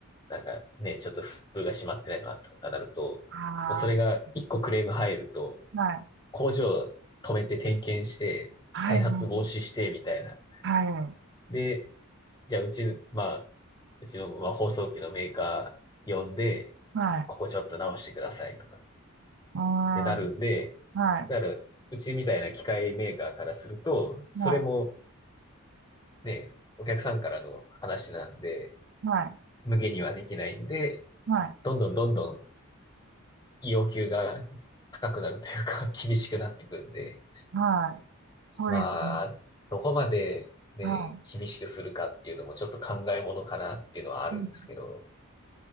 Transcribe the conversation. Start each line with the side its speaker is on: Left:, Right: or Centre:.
Left: なんかね、ちょっと封が閉まってないのがあったとかなると、
Right: あ
Left: もうそれが一個クレーム入ると、
Right: ーはい、
Left: 工場止めて点検して、
Right: はい、
Left: 再発防止して、
Right: は
Left: みたいな。
Right: い、
Left: で、じゃあうち、まあ、うちの、まあ、放送機のメーカー呼んで、
Right: はい、
Left: ここちょっと直してくださいとかっ
Right: うーん、
Left: てなるんで、
Right: はい、
Left: なる、うちみたいな機械メーカーからすると、それも
Right: はい、
Left: ね、お客さんからの話なんで、
Right: はい、
Left: 無限にはできないんで、
Right: はい、
Left: どんどんどんどん要求が高くなるというか、<laughs> 厳しくなっていくんで、
Right: はい、そうですね。
Left: まあ、どこまでね、
Right: はい。
Left: 厳しくするかっていうのもちょっと考えものかなっていうのはあるんですけど、
Right: うん